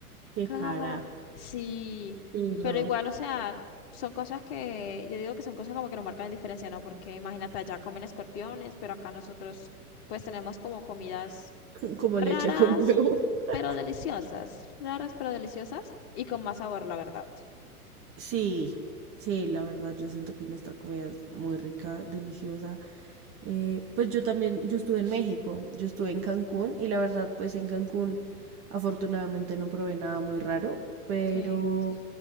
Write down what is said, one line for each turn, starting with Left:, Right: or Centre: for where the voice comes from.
Right: qué
Left: ¿Cómo?
Right: carajo.
Left: Sí,
Right: Sí, no.
Left: pero igual, o sea, son cosas que, yo digo que son cosas como que no marcan diferencia, ¿no? Porque imagínate, allá comen escorpiones, pero acá nosotros pues tenemos como comidas
Right: <laughs> Como
Left: raras,
Right: leche con huevo. <laughs>
Left: pero deliciosas, raras pero deliciosas y con más sabor, la verdad.
Right: Sí, sí, la verdad, yo siento que nuestra comida es muy rica, deliciosa. Eh, pues yo también, yo estuve en México, yo estuve en Cancún y la verdad, pues en Cancún afortunadamente no probé nada muy raro, pero
Left: Sí,